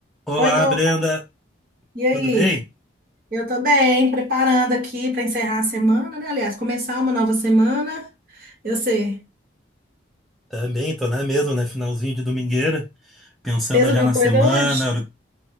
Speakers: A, in the centre; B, on the right.
A: Olá,
B: Oi, Douglas.
A: Brenda,
B: E aí?
A: tudo bem?
B: Eu tô bem, preparando aqui para encerrar a semana, né? Aliás, começar uma nova semana. Eu sei.
A: Também, tô na mesma, né? Finalzinho de domingueira, pensando
B: Fez alguma
A: já na
B: coisa
A: semana.
B: hoje?